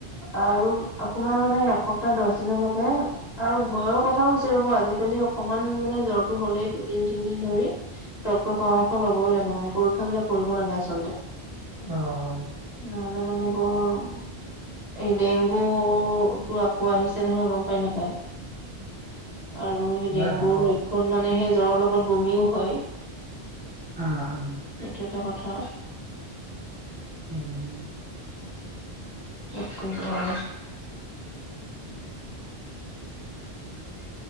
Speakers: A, on the left (about 40°); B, on the right (about 30°).
A: আৰু আপোনাৰ মানে এসপ্তাহ দ'হ দিনলৈকে- আৰু ভয়ৰ কথাও হৈছে ৰ'ব আজিকালি অকণমান মানে জ্বৰটো হ'লেই দুদিন-তিনদিন ধৰি- তথ্য পৰামৰ্শ ল'বই লাগে মানে পৰীক্ষাবিলাক কৰিব লাগে আচলতে।
B: অ'।
A: নহ'লে মানে বৰ- এই ডেংগু টো আকৌ আহিছে নহয় গম পায় নে নাপাই। আৰু সেই
B: হয়
A: ডেংগুৰ
B: ৰ'ব।
A: লক্ষণ মানে সেই জ্বৰৰ লগত বমিও হয়।
B: <unintelligible>
A: এইটো এটা কথা।
B: <unintelligible>
A: উঠো আৰু।